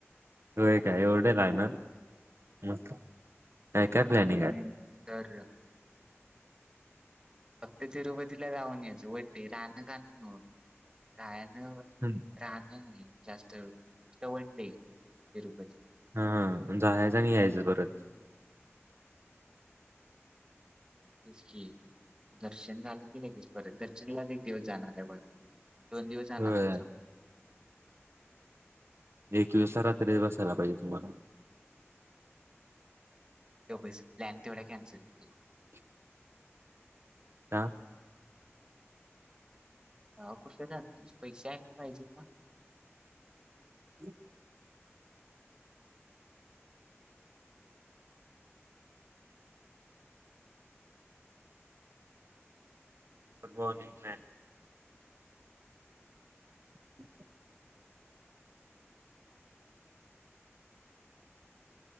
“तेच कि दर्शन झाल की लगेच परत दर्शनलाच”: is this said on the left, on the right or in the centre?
Right